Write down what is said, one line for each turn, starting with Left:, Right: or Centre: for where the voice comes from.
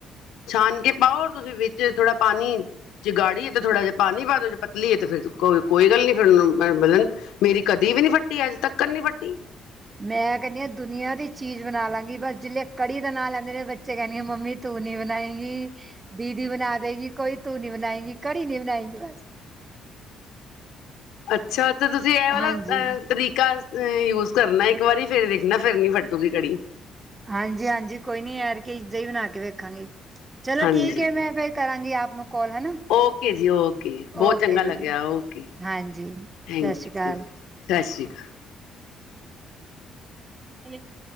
Left: ਛਾਨ ਕੇ ਪਾਓ ਓਰ ਤੁਸੀਂ ਵਿੱਚ ਥੋੜਾ ਪਾਣੀ ਜੇ ਗਾੜੀ ਏ ਤੇ ਥੋੜਾ ਜਿਹਾ ਪਾਣੀ ਪਾ ਦਓ। ਜੇ ਪਤਲੀਏ ਤੇ ਫਿਰ ਕੋਈ ਕੋਈ ਗੱਲ ਨੀ ਫਿਰ ਉਹਨੂੰ ਬਣਨ ਮੇਰੀ ਕਦੀ ਵੀ ਨਹੀਂ ਫੱਟੀ ਅੱਜ ਤੱਕ ਨੀ ਫੱਟੀ।
Right: ਮੈਂ ਕਹਿੰਦੀਆਂ ਦੁਨੀਆਂ ਦੀ ਚੀਜ਼ ਬਣਾ ਲਾਂਗੀ ਬਸ ਜਿਲੇ ਕੜੀ ਦਾ ਨਾਂ ਲੈਂਦੇ ਨੇ ਬੱਚੇ ਕਹਿੰਦੀ ਮੰਮੀ ਤੂੰ ਨੀ ਬਣਾਏਂਗੀ। ਦੀਦੀ ਬਣਾ ਦੇਗੀ, ਕੋਈ ਤੂੰ ਨੀ ਬਣਾਏਂਗੀ ਕੜੀ ਨਹੀਂ ਬਣਾਏਂਗੀ ਬਸ।
Left: ਅੱਛਾ, ਤੇ ਤੁਸੀਂ ਇਹ ਵਾਲਾ
Right: ਹਾਂਜੀ,
Left: ਅਹ ਤਰੀਕਾ ਅ ਯੂਜ ਕਰਨਾ ਇੱਕ ਵਾਰੀ ਫੇਰ ਵੇਖਣਾ ਫਿਰ ਨੀ ਫੱਟੂਗੀ ਕੜੀ।
Right: ਹਾਂਜੀ -ਹਾਂਜੀ, ਕੋਈ ਨੀ ਐਤਕੀ ਇੰਜੇ ਹੀ ਬਣਾ ਕੇ ਵੇਖਾਂਗੀ ਚਲੋ
Left: ਹਾਂਜੀ
Right: ਠੀਕ ਹੈ ਮੈਂ ਫਿਰ ਕਰਾਂਗੀ ਆਪ ਨੂੰ ਕਾਲ ਹਨਾ।
Left: ਓਕੇ ਜੀ ਓਕੇ, ਬਹੁਤ
Right: ਓਕੇ
Left: ਚੰਗਾ
Right: ਜੀ,
Left: ਲੱਗਿਆ, ਓਕੇ
Right: ਹਾਂਜੀ। ਸਤਿ
Left: ਥੈਂਕ
Right: ਸ਼੍ਰੀ ਅਕਾਲ।
Left: ਯੂ। ਸਤਿ ਸ਼੍ਰੀ ਅਕਾਲ।
Right: ਹਮ <inaudible>